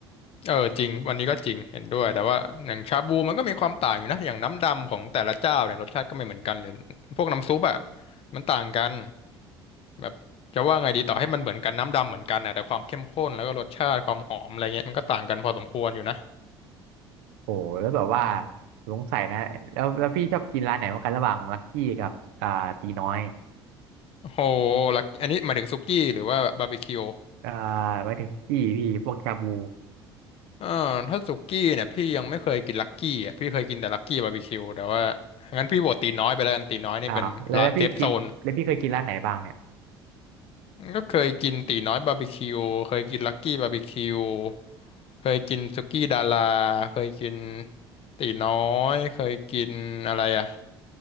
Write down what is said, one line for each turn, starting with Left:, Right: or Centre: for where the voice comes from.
Left: เออจริงวันนี้ก็จริงเห็นด้วยแต่ว่าอย่างชาบูมันก็มีความต่างอยู่นะอย่างน้ำดำของแต่ละเจ้าเนี่ยรสชาติก็ไม่เหมือนกันเลยพวกน้ำซุปอะมันต่างกัน แบบจะว่าไงดีต่อให้มันเหมือนกันน้ำดำเหมือนกันนะแต่ความเข้มข้นแล้วก็รสชาติความหอมอะไรเงี้ยมันก็ต่างกันพอสมควรอยู่นะ
Right: โอ้แล้วแบบว่าสงสัยนะแล้วแล้วพี่ชอบกินร้านไหนมากกันระหว่างลักกี้กับอ่าตีน้อย
Left: โอ้โหลักอันนี้หมายถึงสุกี้หรือว่าบาร์บีคิว
Right: อ่าหมายถึงพี่พี่พวกชาบู
Left: อ่าถ้าสุกี้เนี่ยพี่ยังไม่เคยกินลักกี้อ่ะพี่เคยกินแต่ลักกี้บาร์บีคิวแต่ว่างั้นพี่โหวตตีน้อยไปแล้วกันตีน้อยนี่เป็นร้านเซฟโซน
Right: อ้าวแล้วแล้วพี่เกินแล้วพี่เคยกินร้านไหนบ้างเนี่ย
Left: ก็เคยกินตีน้อยบาร์บีคิวเคยกินลักกี้บาร์บีคิวเคยกินสุกี้ดาราเคยกินตีน้อยเคยกินอะไรอ่ะ